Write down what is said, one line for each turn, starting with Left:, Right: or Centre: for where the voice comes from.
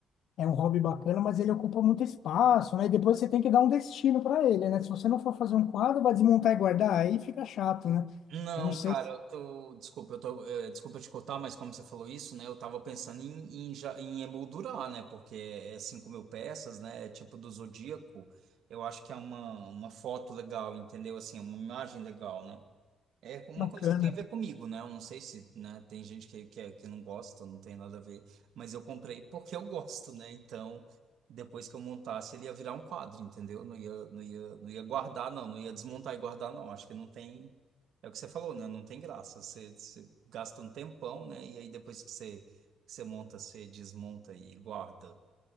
Left: É um hobby bacana, mas ele ocupa muito espaço, né? E depois você tem que dar um destino para ele, né? Se você não for fazer um quadro, vai desmontar e guardar, aí fica chato, né?
Right: Não,
Left: Eu não sei
Right: cara,
Left: se
Right: eu tô. Desculpa, eu tô. é, desculpa te cortar, mas como você falou isso, né? Eu tava pensando em, em, já- em emoldurar, né? Porque é 5 mil peças, né? É tipo do Zodíaco. Eu acho que é uma, uma foto legal, entendeu? Assim, uma imagem legal, né? É uma
Left: é bacana.
Right: coisa que tem a ver comigo, né? Eu não sei se, né, tem gente que, que, é, que não gosta, não tem nada a ver, mas eu comprei <laughs> porque eu gosto, né? Então, depois que eu montasse, ele ia virar um quadro, entendeu? Não ia, não ia, não ia guardar, não, não ia desmontar e guardar, não. Acho que não tem. É o que você falou, né? Não tem graça. Você, você gasta um tempão, né? E aí depois que você, que você monta, você desmonta e guarda.